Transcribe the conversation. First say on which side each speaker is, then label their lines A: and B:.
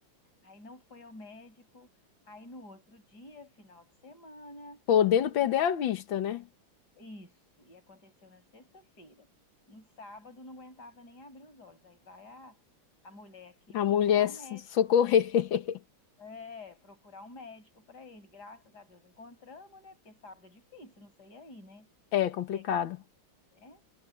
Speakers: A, on the left; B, on the left.
A: Aí não foi ao médico. Aí no outro dia, final de semana,
B: Podendo
A: isso
B: perder
A: foi
B: a vista, né?
A: isso, e aconteceu na sexta-feira. No sábado não aguentava nem abrir os olhos. Aí vai a, a mulher aqui
B: A
A: procurar
B: mulher
A: um
B: so-
A: médico
B: socorrer. <laughs>
A: É, procurar um médico para ele. Graças a Deus encontramos, né? Porque sábado é difícil, não sei aí, né?
B: É complicado.
A: Porque aqui, né?